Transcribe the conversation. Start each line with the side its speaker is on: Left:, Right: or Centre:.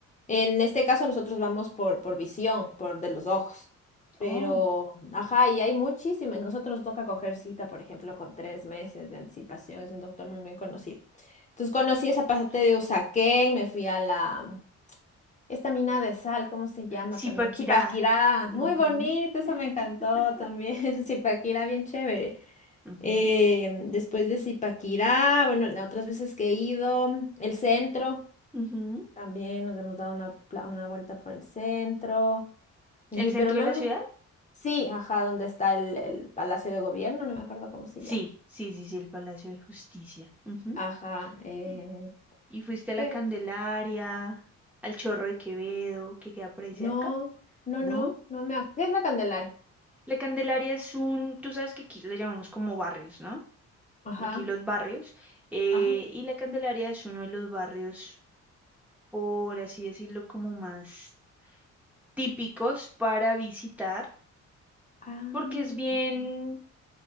Left: En este caso nosotros vamos por, por visión, por de los ojos, pero,
Centre: Oh,
Left: ajá, y hay muchísimas. Nosotros nos toca coger cita, por ejemplo, con tres meses de anticipación, es un doctor muy, muy conocido. Entonces conocí
Centre: súper.
Left: esa parte de Usaquén, me fui a la esta mina de sal, ¿cómo se llama
Centre: Zipaquirá.
Left: también? Zipaquirá,
Centre: Ujú,
Left: muy bonito, eso me encantó
Centre: <laughs>
Left: también. <laughs> Zipaquirá, bien chévere.
Centre: ujú,
Left: Eh, después de Zipaquirá, bueno, las otras veces que he ido, el centro,
Centre: ujú.
Left: también nos hemos dado una, pla- una vuelta por el centro, eh,
Centre: ¿El centro
Left: pero no
Centre: de la
Left: hemos...
Centre: ciudad?
Left: Sí, ajá, donde está el, el Palacio de Gobierno, no me acuerdo cómo se
Centre: Sí,
Left: llama.
Centre: sí, sí, sí, el Palacio de Justicia. Ujú.
Left: Ajá, eh,
Centre: ¿Y, y fuiste a la
Left: ¿qué?
Centre: Candelaria, al Chorro de Quevedo, que queda por ahí cerca?
Left: No, no,
Centre: ¿No?
Left: no, no me acuerdo. ¿Qué es la Candelaria?
Centre: La Candelaria es un, tú sabes que aquí le llamamos como barrios, ¿no?
Left: Ajá,
Centre: Aquí los barrios. eh,
Left: ajá.
Centre: y la Candelaria es uno de los barrios, por así decirlo, como más típicos para visitar,
Left: Ah,
Centre: porque es bien,
Left: ok.